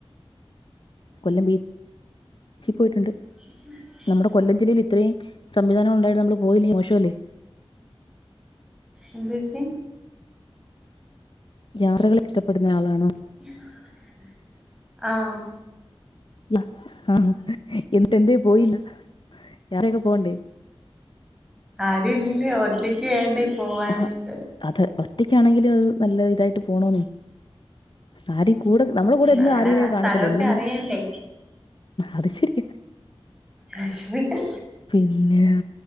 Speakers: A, on the left (about 55°); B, in the centre.
A: കൊല്ലം ബീ ച്ചിൽ പോയിട്ടുണ്ട്
B: <unintelligible>
A: നമ്മുടെ കൊല്ലം ജില്ലയില് ഇത്രയും സംവിധാനങ്ങളുണ്ടായിട്ട് നമ്മള് പോയില്ലെങ്കി മോശംല്ലേ
B: എന്താ ച്ചി
A: യാത്രകൾ ഇഷ്ടപ്പെടുന്ന ആളാണോ
B: <unintelligible> ആഹ്
A: ആഹാ എന്നിട്ട് എന്തേ പോയില്ല യാത്രയൊക്കെ പോകണ്ടേ
B: ആരുംല്ല്യ ഒറ്റക്ക് ക്ക്‌ വേണ്ടേ പോവാനായിട്ട്
A: ആഹ് അത് ഒറ്റക്കാണെങ്കിലും അത് നല്ല ഇതായിട്ട് പോണെന്നേ ആരും കൂടെ നമ്മുടെ കൂടെ എന്നും
B: അങ്ങനെ
A: ആരെങ്കിലേ കാണത്തില്ല
B: സ്ഥലമൊക്കെ
A: എന്നെങ്കിലും
B: അറിയണ്ടേ
A: അത് ശരിയാ
B: വെഷമിക്കാ
A: പിന്നെ